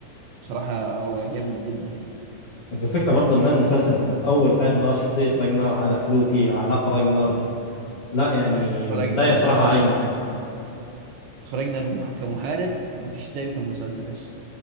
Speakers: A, on the right; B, on the left.
A: بصراحة هو جامد جدا يعني
B: بس الفكرة برضه ان أنا المسلسل انت من الاول فاهم اللي هو شخصية راجنر على فلوكي على اخو راجنر لا يعني البداية
A: الراجل ده ده
B: بصراحة
A: كمان
B: اجمد
A: خرجنا المح- كمحارب ما فيش زيه في المسلسل لسه